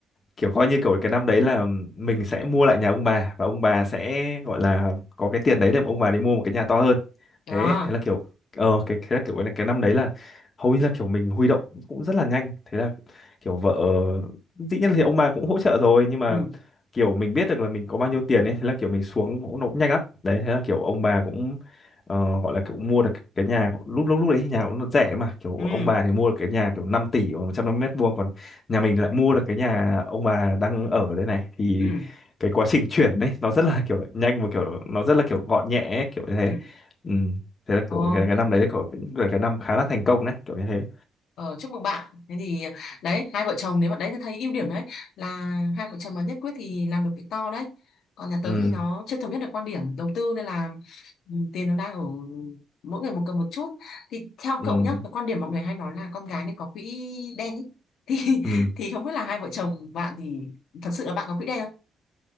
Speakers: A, on the left; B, on the left.
A: kiểu coi như kiểu cái năm đấy là mình sẽ mua lại nhà ông bà và ông bà sẽ gọi là có cái tiền đấy để mà ông bà đi mua một cái nhà to hơn
B: đó
A: thế thế là kiểu ờ cái cái kiểu cái, cái năm đấy là hầu như là kiểu mình huy động cũng rất là nhanh thế là kiểu vợ dĩ nhiên thì ông bà cũng hỗ trợ rồi nhưng mà
B: ừ
A: kiểu mình biết được là mình có bao nhiêu tiền ấy thế là kiểu mình xuống cũng nó cũng nhanh lắm đấy thế là kiểu ông bà cũng ờ, gọi là kiểu mua được cái nhà lúc lúc lúc đấy thì nhà cũng rẻ mà kiểu
B: ừ
A: ông bà thì mua được cái nhà kiểu 5 tỷ và 150 mét vuông nhà mình lại mua được cái nhà ông bà đang ở ở đây này thì
B: ừ
A: cái quá trình chuyển đấy nó rất là kiểu nhanh và kiểu nó rất là kiểu gọn nhẹ ấy, kiểu như thế
B: ừ
A: ừ. thế là
B: ồ
A: kiểu cái, cái năm đấy kiểu cũng là cái năm khá là thành công đấy kiểu như thế
B: Ờ, chúc mừng bạn. Thế thì đấy hai vợ chồng nếu bạn đấy thì thấy ưu điểm đấy là hai vợ chồng mà nhất quyết thì làm được việc to đấy. Còn nhà tớ
A: ừ.
B: thì nó chưa thống nhất được quan điểm đầu tư nên là ừ, tiền nó đang ở mỗi người một cầm một chút. Thì theo
A: Ừ.
B: cậu nhá, cái quan điểm mọi người hay nói là con gái nên có quỹ đen ý. Thì
A: Ừ.
B: <laughs> thì không biết là hai vợ chồng bạn thì thật sự là bạn có quỹ đen không?